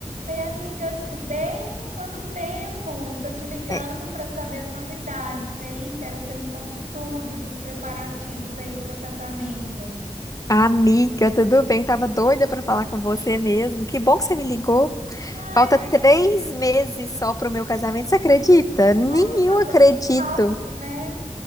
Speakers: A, on the right; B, on the left.
A: Oi, amiga, tudo bem? Quanto tempo? Tô te ligando
B: É,
A: para saber as novidades, hein? Quero que você me conte tudo dos preparativos aí do seu casamento.
B: Amiga, tudo bem? Tava doida pra falar com você mesmo. Que bom que você me ligou.
A: Ah,
B: Falta
A: é?
B: três meses só pro meu casamento. Você acredita? Nem
A: Nossa, passou
B: eu acredito.
A: muito rápido, né?